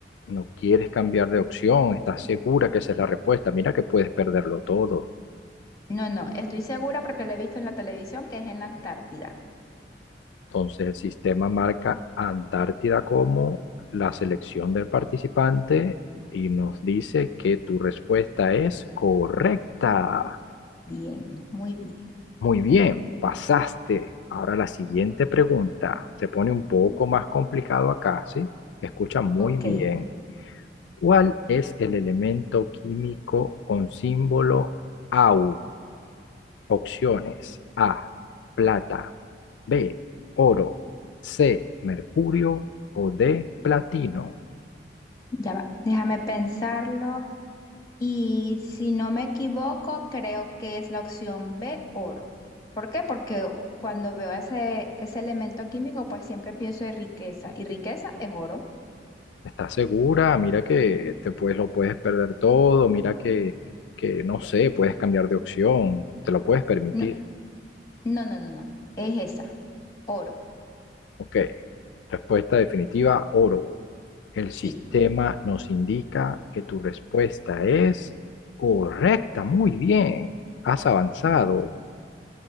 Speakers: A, on the left (about 85°); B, on the left (about 20°).
A: No quieres cambiar de opción, estás segura que esa es la respuesta. Mira que puedes perderlo todo.
B: No, no, estoy segura porque lo he visto en la televisión que es en la Antártida.
A: Entonces el sistema marca Antártida como la selección del participante y nos dice que tu respuesta es correcta.
B: Bien, muy bien.
A: Muy bien, pasaste. Ahora la siguiente pregunta. Se pone un poco más complicado acá, ¿sí? Escucha muy
B: Ok,
A: bien. ¿Cuál es el elemento químico con símbolo AU? Opciones A, plata, B, oro, C, mercurio o D, platino.
B: ya va. Déjame pensarlo. Y si no me equivoco, creo que es la opción B, oro. ¿Por qué? Porque o- cuando veo ese, ese elemento químico, pues siempre pienso en riqueza. Y riqueza es oro.
A: ¿Estás segura? Mira que te puedes, lo puedes perder todo, mira que, que no sé, puedes cambiar de opción, te lo puedes permitir.
B: No, no, no, no, no. Es esa. Oro.
A: Ok, respuesta definitiva, oro. El
B: Sí,
A: sistema nos indica que tu respuesta es correcta. Muy bien, has avanzado.
B: muy